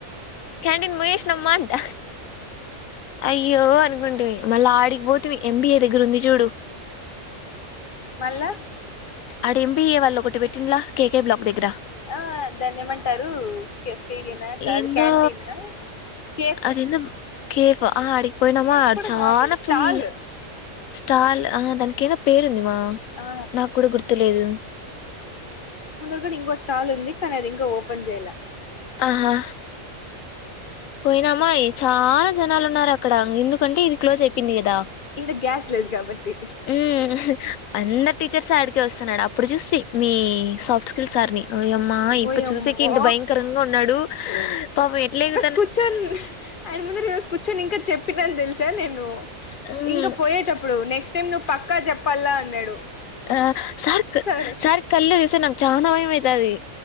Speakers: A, on the left; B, on the left.
A: క్యాంటీన్ పోయసినమా అంట అయ్యో అనుకుంటిమి మళ్ళీ ఆడి పొతిమి ఎంబిఏ దగ్గర ఉంది చూడు
B: లా
A: ఆడ ఎంబీఏ వాళ్ళు ఒకటి పెట్టిండ్ల కేకే బ్లాక్ దగ్గర
B: ఆ దాన్నేమంటారు కెప్్టేరియనా కాదు
A: ఏందో
B: క్యాంటీనా కేఫ్
A: అదేందో కేఫ్ ఆహ అడ్ పోయినామా
B: కేఫ్ కూడా
A: చాలా
B: కాదు స్టాల్
A: ఫుల్ స్టాల్ ఆహ దానికి ఏదో పేరు ఉంది మా
B: ఆ
A: నాకు కూడా గుర్తులేదు
B: దట ఇంకో స్టల్ ఉంది కానీ అది ఇంకా ఓపన్ చేయలే
A: ఆహా పోయినామా చాన జనాలు ఉన్నారు అక్కడ ఎందుకంటే ఇది క్లోజ్ అయిపోయింది కదా
B: ఈడ గ్యాస్ లేదు కాబట్టి
A: హు అందరు టీచర్స్ అడ్ కే వస్తున్నాడు అప్పుడు చూసి మీ సాఫ్ట్ స్కిల్ సార్ ని ఓయమ్మా ఇప్ప
B: ఓయమ్మో
A: చూసేకి ఇంత భయంకరంగా ఉన్నాడు పాపం ఎట్లేగ్
B: కుర్చొని అయన ముందర ఈ రోజు కూర్చొని ఇంకా చెప్పినాన్ తెలుసా నేను
A: ఉమ్
B: ఇంక పోయేటప్పుడు నెక్స్ట్ టైమ్ నువ్వు పక్కా చెప్పాల్ల అన్నాడు
A: ఆ సార్క్
B: సరే
A: సార్ కళ్ళు స్తే నాకు చాన భయమైతది